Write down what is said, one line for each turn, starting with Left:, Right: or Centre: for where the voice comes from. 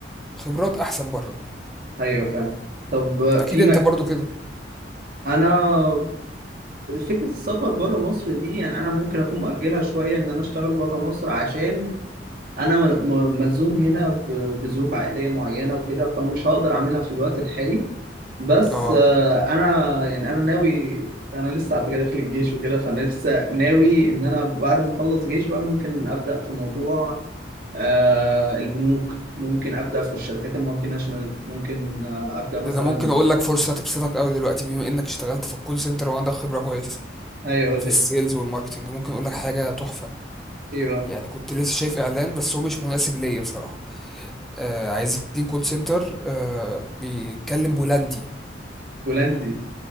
Centre: خبرات احسن بره
Right: ايوه فاهم طب
Centre: اكيد
Right: في
Centre: انت
Right: م...
Centre: برضو كده
Right: انا فكرة السفر بره مصر دي يعني أنا ممكن أكون مؤجلها شوية إن أنا أشتغل بره مصر عشان أنا مل- م- ملزوم هنا ب- بظروف عائلية معينة وكده فمش هقدر أعملها في الوقت الحالي بس
Centre: اه
Right: آه، أنا يعني أنا ناوي أنا لسه على فكرة داخل الجيش وكده فأنا لسه ناوي إن أنا بعد ما أخلص جيش بقى ممكن أبدأ في موضوع آه، البنوك ممكن أبدأ في الشركات المالتي ناشونال ممكن آه، أبدأ مثلا
Centre: ده انا ممكن اقول لك فرصه هتبسطك قوي دلوقتي بما انك اشتغلت في الكول سنتر وعندك خبره كويسه
Right: أيوه أقول
Centre: في
Right: لك
Centre: السيلز والماركتنج ممكن اقول لك حاجه تحفه
Right: أيوه
Centre: يعني كنت لسه شايف اعلان بس هو مش مناسب ليا بصراحه آه عايزين كول سنتر آه بيتكلم بولندي
Right: هولندي